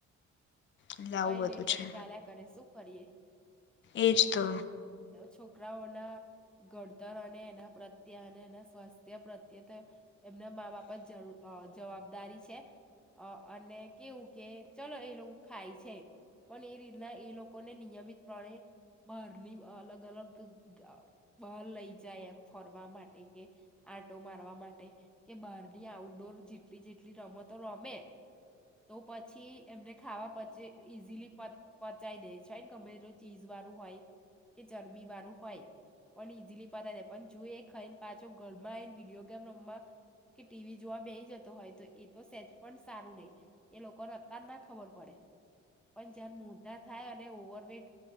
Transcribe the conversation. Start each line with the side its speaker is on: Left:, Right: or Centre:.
Left: એટલે
Centre: કઈ
Left: આવું બધું
Centre: નહી પણ
Left: છે
Centre: ચાલ્યા કરે શું ફરીએ.
Left: એજ તો.
Centre: છોકરાઓના ઘડતર અને એના પ્રત્યે અને એના સ્વાસ્થ્ય પ્રત્યે તો એમના મા બાપા જ જ જવાબદારી છે અ અને કેવું કે ચલો એ લોક ખાય છે પણ એ રીતના એ લોકોને નિયમિત પ્ણે બહારની અલગ અલગ અ બાર લઈ જાય એમ ફરવા માટે કે આંટો મારવા માટે કે બહારની આઉટડોર જેટલી જેટલી રમતો રમે તો પછી એમને ખાવા પચે ઈઝીલી પ પચાય દે છે ને ગમે તે ચીજ વાળું હોય કે ચરબી વાળું હોય પણ ઈઝીલી પચાઈ દે પણ જો એ ખાઈને પાછો ઘરમાં આવીને વિડીયો ગેમ રમવા કે ટીવી જોવા બેહી જતો હોય તો એ તો સેચ પણ સારું નહી એ લોકોને અતાર ના ખબર પડે. પણ જેમ મોટા થાય અને ઓવર વેટ